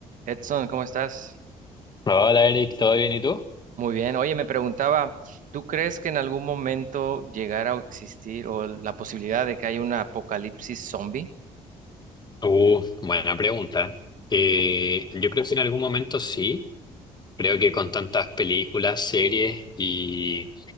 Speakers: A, on the right; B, on the left.
A: Edson, ¿cómo estás?
B: Hola Eric, ¿todo bien y tú?
A: Muy bien. Oye, me preguntaba, ¿tú crees que en algún momento llegara a existir o la posibilidad de que haya un apocalipsis zombie?
B: Uh, buena pregunta. Eh, yo creo que en algún momento sí. Creo que con tantas películas, series y